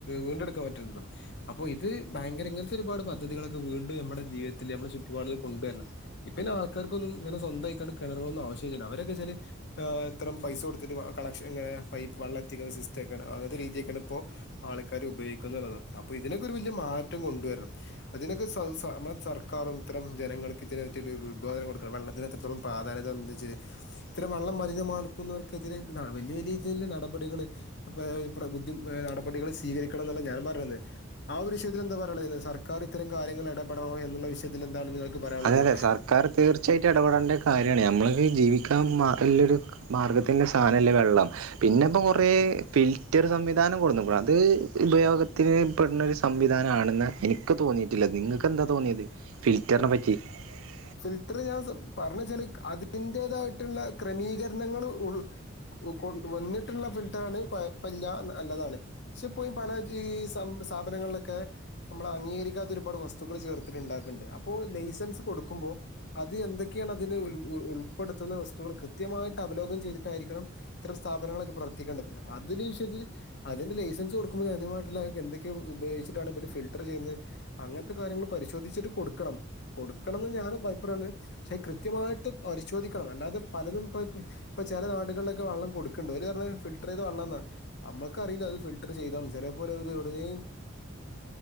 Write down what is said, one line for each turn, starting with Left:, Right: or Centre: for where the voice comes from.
Left: വീണ്ടെടുക്കാൻ പറ്റള്ളു അപ്പൊ ഇത് ഭയങ്കര ഇങ്ങനത്തെ ഒരുപാട് പദ്ധതികളൊക്കെ വീണ്ടും നമ്മളെ ജീവിതത്തിലെ നമ്മുടെ ചുറ്റുപാടിൽ കൊണ്ടുവരണം ഇപ്പന്നെ ആൾക്കാർക്കൊന്നും ഇങ്ങനെ സ്വന്തമായിക്കാണ്ട് കിണറുകളൊന്നും ആവശ്യമില്ലല്ലോ, അവരൊക്കെ വെച്ചാല് ആ ഇത്രം പൈസ കൊടുത്തിട്ട് വ കണക്ഷൻ ങ പൈപ്പ് വള്ളം എത്തിക്കുന്ന സിസ്റ്റം ഒക്കെയാണ്, അങ്ങനത്തെ രീതിയൊക്കെയാണ് ഇപ്പോ ആൾക്കാര് ഉപയോഗിക്കുന്നള്ള അപ്പൊ ഇതിനൊക്കെ ഒരു വലിയ മാറ്റം കൊണ്ടുവരണം, അതിനൊക്കെ സ സ നമ്മടെ സർക്കാറും ഇത്തരം ജനങ്ങൾക്ക് ഇതിന <unintelligible> ഉദ്‌ഗാദനം കൊടുക്കണം, വള്ളത്തിന് എത്രത്തോളം പാധാന്യത്തെ സമ്മദ്ധിച്ച്ഇത്തരം വള്ളം മലിനമാക്കുന്നവർക്കെതിരെ ന വലിയ വലിയ രീതിൽ നടപടികള് പ പ്ര ബുദ്ധി ആ നടപടികള് സ്വീകരിക്കണം എന്നാണ് ഞാനും പറയുന്ന ആ ഒരു വിഷയത്തിൽ എന്താ പറയാനുള്ളത് സർക്കാർ ഇത്തരം കാര്യങ്ങൾ ഇടപെടണോ എന്നുള്ള വിഷയത്തിൽ എന്താണ് നിങ്ങൾ ക്ക്പറയാനുള്ളത്.
Right: അതെ അതെ സർക്കാർ തീർച്ചയായിട്ടും ഇടപെടേണ്ട കാര്യമാണ്, ഞമ്മള് <unintelligible> ജീവിക്കാൻ മ നല്ലൊരു മാർഗ്ഗത്തിൻ്റെ സാധനമല്ലേ വെള്ളം, പിന്നെ ഇപ്പോ കുറേ ഫിൽറ്റർ സംവിധാനം കൊണ്ടുവന്നു, അത് ഉപയോഗത്തിന് പെടുന്ന ഒരു സംവിധാനം ആണെന്ന് എനിക്ക് തോന്നിയിട്ടില്ല, നിങ്ങൾക്ക് എന്താ തോന്നിയത് ഫിൽറ്ററിനെ പറ്റി <unintelligible>
Left: ഫിൽട്ടർ ഞാൻ പറഞ്ഞച്ചാല് അതിന്റേതായിട്ടുള്ള ക്രമീകരണങ്ങൾ ഉൾ കൊ വന്നിട്ടുള്ള ഫിൽട്ടറാണ് കൊയ വല്യ നല്ലതാണ്, പക്ഷെ ഇപ്പോ പല ഈ സം സ്ഥാപനങ്ങളിലൊക്കെ നമ്മൾ അംഗീകരിക്കാത്ത ഒരുപാട് വസ്തുക്കൾ ചേർത്തിട്ടുണ്ടാക്കുന്നുണ്ട് അപ്പോ ലൈസൻസ് കൊടു ക്കുമ്പോൾ അത് എന്തൊക്കെയാണ് അതിന് ഉൾപ്പെടുത്തുന്ന വസ്തുക്കൾ കൃത്യമായിട്ട് അവലോകം ചെയ്തിട്ടായിരിക്കണം ഇത്തരം സ്ഥാപനങ്ങളൊക്കെ പ്രവർത്തിക്കേണ്ടത് അതിൻ്റെ വിഷയത്തിൽ അതിന് ലൈസൻസ് കൊടുക്കുമ്പോ അതിനുമായിട്ടുള്ള എന്തൊക്കെയ ഉപയോഗിച്ചിട്ടാണ ഫിൽറ്റർ ചെയ്യുന്നത്, അങ്ങനത്തെ കാര്യങ്ങൾ പരിശോധിച്ചിട്ട് കൊടുക്കണം കൊട് കൊടുക്കണമെന്ന് ഞാനും പൈപ്പ പറണ്, പക്ഷെ കൃത്യമായിട്ട് പരിശോധിക്കണം അല്ലാതെ പലരും ഇപ്പ ഇപ്പ ചില നാടുകളിലൊക്കെ വെള്ളം കൊടുക്കണണ്ട് അവരു പറഞ്ഞെ ഫിൽറ്റർ ചെയ്ത വെള്ളം എന്നാ നമ്മുക്ക റിയില്ല അത് ഫിൽട്ടർ ചെയ്താ ചിലപ്പോൾ അവർ അവിടെ